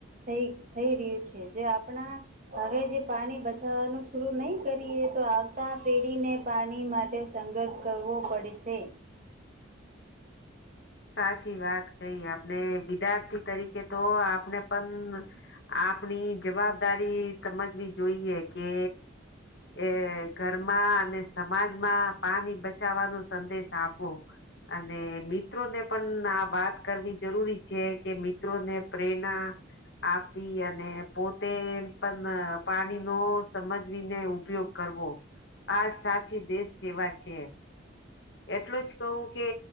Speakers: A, on the right (about 40°); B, on the left (about 60°).
A: થઈ થઈ રહ્યું છે જે આપણા હવે જે પાણી બચાવવાનું શરું નહી કરીએ તો આવતા પેઢીને પાણી માટે સંઘર્ષ કરવો પડશે
B: સાચી વાત કઈ આપણે વિદ્યાર્થી તરીકે તો આપને પણ આપણી જવાબદારી સમજવી જોઈએ કે એ ઘરમાં અને સમાજમાં પાણી બચાવવાનો સંદેશ આપો અને મી મિત્રોને પણ આ વાત કરવી જરૂરી છે કે મિત્રોને પ્રેરણા આપી અને પોતે પણ પાણીનો સમજવીને ઉપયોગ કરવો આ સાચી દેશ સેવા છે એટલું જ કહું કે